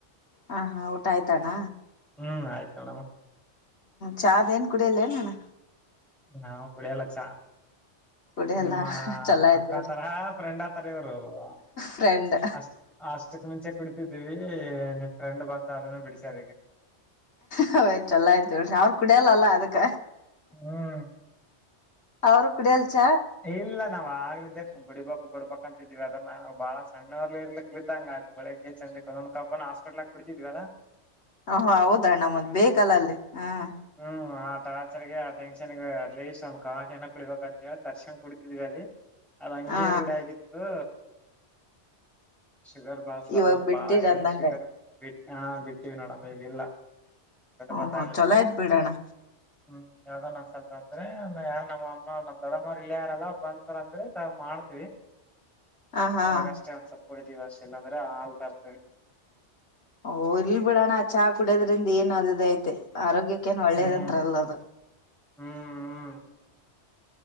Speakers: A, on the left (about 70°); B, in the centre.
A: ಹಾ ಹಾ ಊಟ ಆಯ್ತಣ್ಣ
B: ಹ್ಮ್ ಆಯ್ತು ಮೇಡಮ್
A: ಚಾ್ ಏನ್ ಕುಡಿಯಲ್ಲಲ್ಲೋಣ್ಣ
B: ನಾವು ಕುಡಿಯಲ್ಲ ಚಾ
A: ಕುಡಿಯಲ್ಲ
B: ನಿಮ್ಮ
A: ಚಲೋ ಆಯ್ತ
B: ಅಕ್ಕತರ
A: ಹೇಳಿ
B: ಫ್ರೆಂಡ್ ಆತರ ಇವರು ಅ
A: ಫ್ರೆಂಡ್
B: ಅಷ್ಟಕ್ ಮುಂಚೆ ಕುಡಿತಿದ್ದೀವಿ ನಿಮ್ ಫ್ರೆಂಡ್ ಬಂದ ಅದನ್ನು ಬಿಡಿಸ್ಯಾರ ಈಗ
A: ಹ್ ಚೊಲ ಆಯ್ತ ಹೇಳಳ್ರಿ ಅವ್ರ ಕುಡಿಯಲ್ಲಲ್ಲ ಅದಕ್ಕ
B: ಹ್ಮ್
A: ಅವರು ಕೂಡಲ್ಚ
B: ಇಲ್ಲ ನಾವ್ ಗಗ್ಲಿದ್ದೆ ಬಿಡಿಬಕ್ ಬಿಡ್ಬಕ್ ಅಂತ ಇದಿದಿವವಿ ಅದ್ರ ನಾವು ಬಾಳ ಸಣ್ಣರ್ಲಿ ಇರ್ಲಿಕ್ಕೆ ಇ್ದಂಗ ಅ ಬೆಳಗ್ಗೆ ಚಂದ್ರಕ್ಕೆ ಒಂದ್ ಕಪ್ಪನ ಹಸ್ಪಟ್ಲ್ಕ್ ಕುಡ್ತಿದ್ವಲ್ಲ
A: ಹ ಹ ಹೌದಣ್ಣ ಮದ್ ಬೇಕಲ್ಲ ಅಲ್ಲಿ ಹ್ಮ್
B: ಹ್ಮ್ ಆ ಟಾರ್ಚರ್ಗೆ ಆ ಟೆನ್ಗ ಅಟ್ ಲೀಸ್ಟ್ ಒಂದ್ ಕಾಶಿಏನ ಕುಡಬೇಕಂತೇವ ತರ್ಶನ್ ಕೊಡ್ತಿದೀವಿ ಅಲ್ಲಿ ಅದ ಹಂಗಗೆ
A: ಹಾ
B: ರೂಢ ಆಗಿತ್ತು ಶುಗರ್ ಬಾ ಸ್ವಾದಂತ
A: ಇವಾಗ ಬಿಟ್ಟಿರ
B: ಬಾಳ ಹೇಳಿ
A: ಅಂದಂಗ
B: ಶುಗರ್ ಬಿಟ್ಟ ಹಾ ಬಿಟ್ಟೀವಿ ನೋಡಮ್ ಈಗಲ್ಲ
A: ಹ್ಮ್
B: ಬಂದಾಗ್ಲ
A: ಹ್ಮ್ ಚೊಲೋ ಆಯ್ತ್ ಬಿಡೋಣ
B: ಹ್ಮ್ ಯಾವದೋ ಅನ್ಸಲ್ ಅಂದ್ರೆ ಯಾರ ನಮ್ಮ ಅಮ್ಮ ನ ದಡ ಮರ್ ಇಳ ಯಾರಲ್ಲ ಬಂದ್ರಂದ್ರೆ ಮಾಡ್ತವಿ
A: ಹ ಹಾ
B: ಅವಾಗ ಅಷ್ಟೇ ಒಂದ್ ಸ್ವಲ್ಪ ಕುಡಿತೀವಿ ಅಷ್ಟ ಎಲ್ಲಾಂದ್ರೆ ಹಾಲ್ ತರ್ತವಿ
A: ಓಹ್ ಇಲ್ ಬಿಡೋಣ ಚಹಾ ಕುಡ್ಯದ್ರಿಂದ ಏನು ಅದುದು ಐತೆ ಆರೋಗ್ಯಕ್ಕೇನ್ ಒಳ್ಳೇದಂಂತತ್ರಲ್ಲ
B: ಹ್ಮ್
A: ಅದು
B: ಹ್ಮ್ ಹ್ಮ